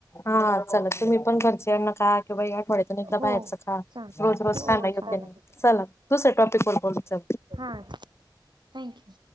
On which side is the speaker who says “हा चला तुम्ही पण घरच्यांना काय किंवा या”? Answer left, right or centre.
Left